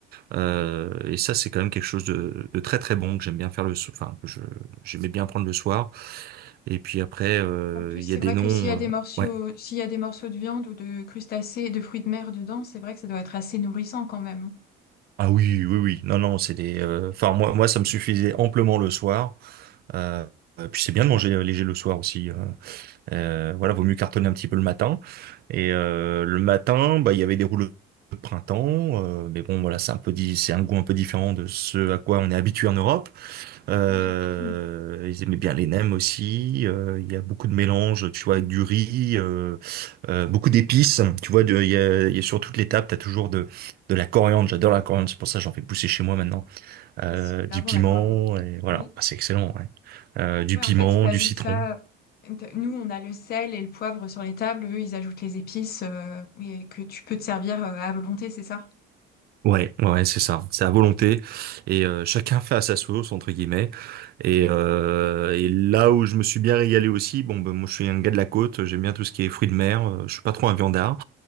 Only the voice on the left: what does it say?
En plus,
c'est
vrai
que s'il y a des
morceaux,
s'il y a des morceaux de viande ou de crustacés, de fruits de mer dedans, c'est vrai que ça doit être assez nourrissant quand même.
Oui, j'imagine.
C'est super
bon la coriandre.
Oui.
Ouais,
en fait, ils t'ajoutent
ça. Nous, on a le sel et le poivre sur les tables. Eux, ils ajoutent les épices euh, et que tu peux te servir euh, à volonté, c'est ça?